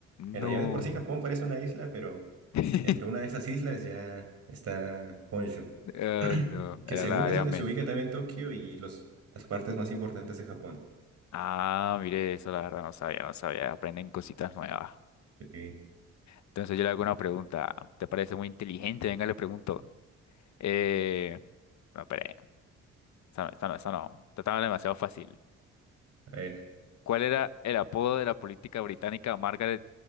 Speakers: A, on the right; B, on the left.
A: Bueno,
B: No.
A: ya de por sí Japón parece una isla, pero
B: <laughs> Ay,
A: entre una de esas islas ya está Honshu,
B: no,
A: <clears throat> que
B: era
A: según
B: la
A: es
B: de
A: donde
B: Amén.
A: se ubica también Tokio y los, las partes más importantes de Japón.
B: Ah, mire, eso la verdad no sabía, no sabía. Aprenden cositas nuevas.
A: Sí,
B: Entonces yo le hago una pregunta. ¿Te parece muy inteligente? Venga, le pregunto. Eh, no, espere, esta no, esta no, esta no. Esta estaba demasiado fácil.
A: a ver,
B: ¿Cuál era el apodo de la política británica Margaret